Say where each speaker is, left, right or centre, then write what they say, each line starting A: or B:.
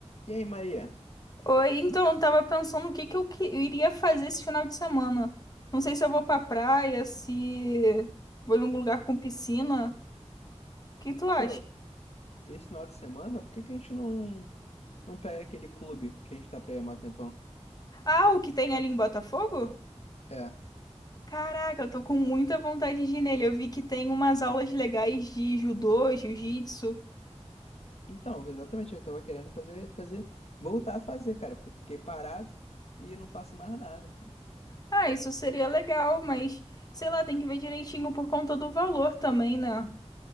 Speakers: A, on the left; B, on the left.
A: E aí, Maria?
B: Oi, então, eu tava pensando o que que eu, que- eu iria fazer esse final de semana. Não sei se eu vou pra praia, se vou em um lugar com piscina. O que tu acha?
A: Pô, esse final de semana, por que que a gente não, não pega aquele clube que a gente tá pra ir há mó tempão?
B: Ah, o que tem ali em Botafogo?
A: É.
B: Caraca, eu tô com muita vontade de ir nele. Eu vi que tem umas aulas legais de judô, jiu-jitsu.
A: Então, exatamente, eu tava querendo fazer, fazer, voltar a fazer, cara, porque eu fiquei parado e não faço mais nada. <laughs>
B: Ah, isso seria legal, mas sei lá, tem que ver direitinho por conta do valor também, né?